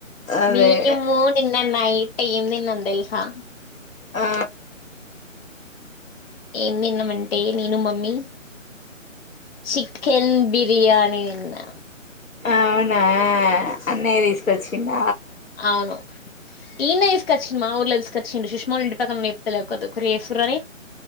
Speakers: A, on the left; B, on the left.
A: అదే
B: మీము నిన్నన్నాయి ఏం తిన్నం తెల్సా
A: ఆ
B: ఏం తిన్నమంటే నేను మమ్మీ చికెన్ బిర్యానీ లా
A: అవునా ఆ అన్నయ్య తీస్ కొచ్చిండా
B: అవును ఈడ్నే తీస్కచ్చిండు మా ఊర్ల తీస్కచ్ కచ్చిండు సుష్మ వాళ్ళ ఇంటి ప <unintelligible>